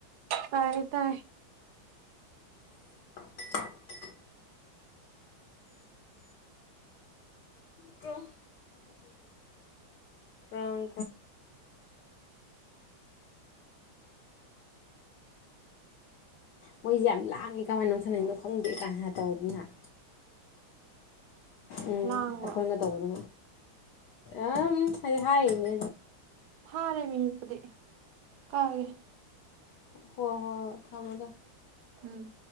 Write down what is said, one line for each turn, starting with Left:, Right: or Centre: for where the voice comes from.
Right: ꯇꯥꯏ ꯇꯥꯏ
Left: <unintelligible> ꯀ꯭ꯔꯣ ꯀ꯭ꯔꯣꯡ ꯃꯣꯏꯁꯦ ꯌꯥꯝ ꯂꯥꯡꯉꯤ ꯀꯃꯥꯏꯅꯣ ꯁꯥꯟꯅꯅꯣ ꯈꯪꯗꯦ ꯀꯥꯟꯅ ꯇꯧꯅꯤꯅꯏ ꯎꯝ
Right: ꯂꯥꯡꯕ꯭ꯔꯣ
Left: ꯑꯩꯈꯣꯏꯅ ꯇꯧꯕꯗ ꯑ ꯍꯥꯏꯗꯤ ꯍꯥꯏꯅꯦ
Right: ꯐꯔꯦ ꯃꯤꯅꯤꯄꯗꯤ ꯀꯥꯒꯦ
Left: ꯍꯣꯏ ꯍꯣꯏ ꯍꯣꯏ ꯊꯝꯃꯣꯗ
Right: ꯎꯝ